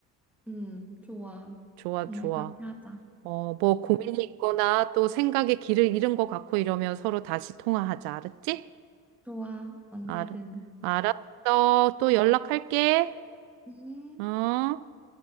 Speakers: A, in the centre; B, on the right.
A: 음, 좋아.
B: 좋아,
A: 정말
B: 좋아.
A: 그렇게 하자.
B: 어, 뭐 고민이 있거나 또 생각에 길을 잃은 것 같고 이러면 서로 다시 통화하자. 알았지?
A: 좋아, 언제든.
B: 알, 알았어. 또 연락할게.
A: 음.
B: 응?